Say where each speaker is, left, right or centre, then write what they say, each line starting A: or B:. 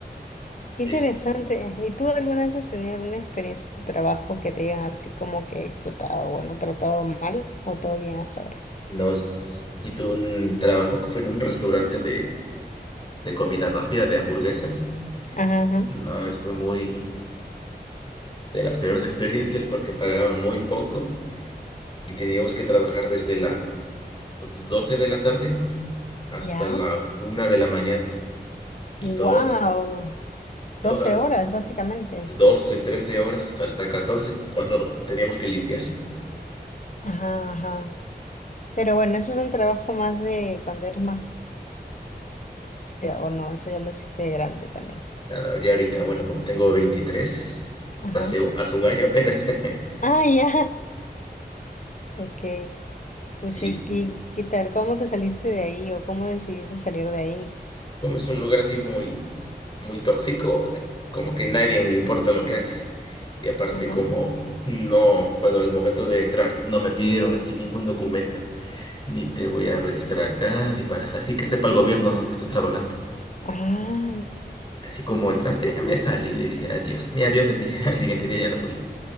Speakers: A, on the left (about 45°); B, on the left (about 30°).
A: qué
B: Eso.
A: interesante. ¿Y tú alguna vez has tenido alguna experiencia de trabajo que te hayan así como que explotado o no tratado mal o todo bien hasta ahora?
B: No, si tuve un trabajo que fue en un restaurante de de comida rápida, de hamburguesas.
A: Ajá. ajá.
B: No, es- fue muy de las peores experiencias porque pagaban muy poco y teníamos que trabajar desde las 12 de la tarde hasta
A: ¿Ya?
B: la una de la mañana y
A: Wow.
B: toda, <laughs> toda,
A: 12 horas, básicamente.
B: 12 13 horas hasta 14 cuando teníamos que limpiar.
A: Ajá, ajá. Pero bueno, eso es un trabajo más de cuando eres más joven, o no, eso ya lo hiciste de grande también.
B: Ya, ya ahorita, bueno, como tengo 23
A: Ajá.
B: paseo hace un año apenas. <laughs>
A: Ah, ya. <laughs> Ok. Pucha,
B: Sí,
A: ¿y qué qué tal? ¿Cómo te saliste de ahí o cómo decidiste salir de ahí?
B: como es un lugar así muy muy tóxico, como que nadie le importa lo que hagas. Y aparte
A: Ajá.
B: como no, cuando al momento de entrar no me pidieron así ningún documento, ni te voy a registrar acá, ni para, así que sepa el gobierno, ¿no? que estás trabajando.
A: Ah,
B: Así como entraste, me salí y le dije adiós. Ni adiós les dije, <laughs> al siguiente día ya no fui.